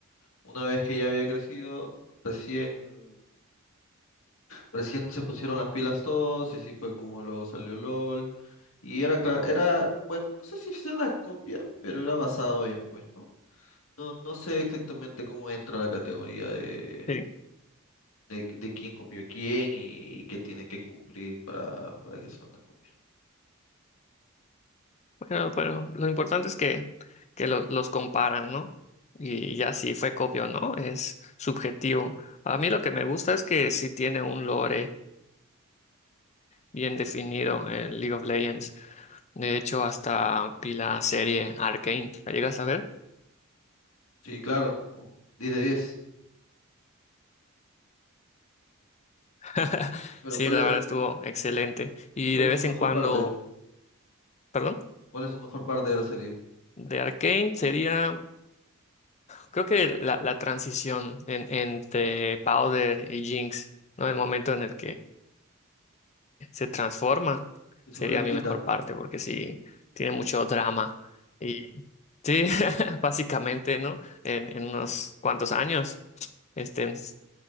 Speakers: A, on the left; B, on the left.
A: Una vez que ya había crecido, recién Recién se pusieron las pilas todos y así fue como luego salió LOL. Y era, cla- era, bueno, no sé si es una copia, pero era basado en, pues, ¿no? No, no sé exactamente cómo entra la categoría de,
B: Sí.
A: de, de quién copió a quién y, qué tiene que cumplir para, para que sea una copia.
B: Pero, pero lo importante es que, que lo- los comparan, ¿no? Y ya si fue copia o no, es subjetivo. A mí lo que me gusta es que sí tiene un lore bien definido en League of Legends. De hecho, hasta vi la serie Arcane. ¿La llegas a ver?
A: Sí, claro, u- 10 de 10.
B: <laughs>
A: Pero
B: Sí,
A: ¿cuál
B: la
A: es,
B: verdad estuvo excelente. Y
A: cuál
B: de
A: es
B: vez
A: su mejor
B: en cuando,
A: parte?
B: perdón,
A: ¿Cuál es su mejor parte de la serie?
B: de Arcane sería, creo que la, la transición en- entre Powder y Jinx, ¿no? El momento en el que se transforma,
A: Y se
B: sería
A: lo
B: mi
A: quita,
B: mejor parte, porque sí, tiene mucho drama. Y sí, <laughs> básicamente, ¿no? En, en unos cuantos años, este ens-